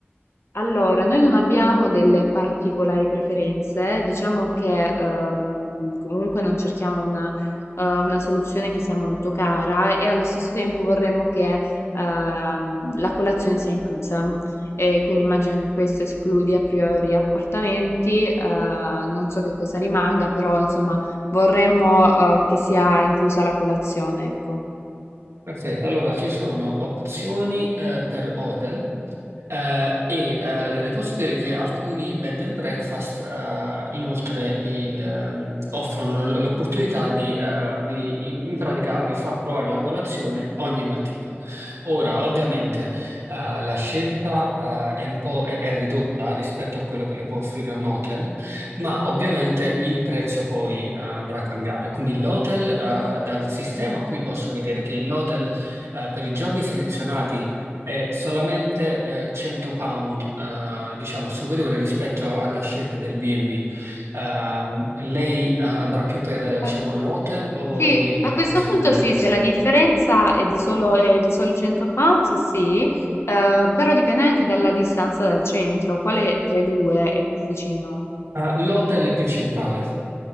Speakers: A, on the left (about 75°); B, on the right (about 75°).
A: Allora, noi non abbiamo delle particolari preferenze, diciamo che ehm, comunque non cerchiamo una, eh, una soluzione che sia molto cara e allo stesso tempo vorremmo che ehm, la colazione sia inclusa. E quindi immagino che questo escludi a priori appartamenti, eh, non so che cosa rimanga, però insomma vorremmo eh, che sia inclusa la colazione, ecco.
B: Perfetto, allora ci sono opzioni eh, per hotel eh, e eh, le le posso dire che alcuni bed and breakfast eh, inoltre il, ehm, offrono l- l'opportunità di, eh, di- in in pratica vi fa provare la colazione ogni mattina. Ora, ovviamente eh, la scelta eh, è un po' è- è ridotta rispetto a quello che le può offrire un hotel, ma ovviamente il prezzo poi eh, andrà a cambiare, quindi l'hotel eh, dal sistema qui posso vedere che l'hotel eh, per i giorni selezionati è solamente eh, 100 pound, eh, diciamo superiore rispetto alla scelta del B&B. Ehm, lei eh, andrà più per eh, diciamo
A: Eh,
B: l'hotel o
A: Sì,
B: il B&B
A: a questo
B: a questo
A: punto
B: punto?
A: sì, se la differenza è di solo, è di soli 100 pounds, sì, eh, però dipende anche dalla distanza dal centro, quale tra i due è più vicino?
B: Ah, l'hotel è più centrale.